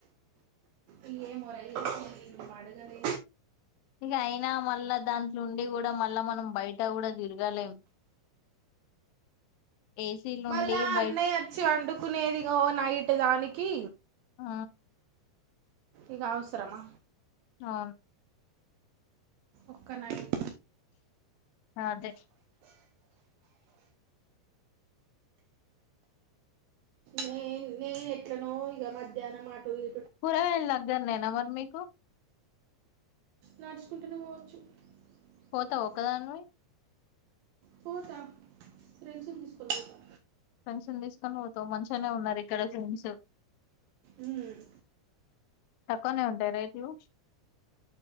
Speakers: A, on the right; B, on the left.
A: ఇంగే మొర మడగలే
B: ఇక అయినా మళ్ళా దాంట్లో ఉండి కూడా మళ్ళా మనం బయట కూడ తిరగలేం ఏసీలుండి
A: మళ్ళా
B: బయట
A: అన్నయ్య వచ్చి వండుకునేది ఓ నైట్ దానికి
B: ఆ
A: ఇక అవసరమా
B: ఆ
A: ఒక్క నైట్
B: అదే
A: మేయి నేను ఎట్లా నో ఇక మధ్యాహ్నం మాట ఇ
B: కూరగాయలు దగ్గరనేనా మరి మీకు
A: నడుచుకుంటునే పోవచ్చు
B: పోతావ
A: ఎక్కడనే.
B: ఒక్కదానివి
A: పోతా ఫ్రెండ్స్ తీసుకొని పోతా
B: ఫ్రెండ్స్ తీసుకని పోతావు మంచిగానే ఉన్నారు ఇక్కడ ఫ్రెండ్స్
A: ఉమ్
B: తక్కువనే ఉంటాయి రేట్లు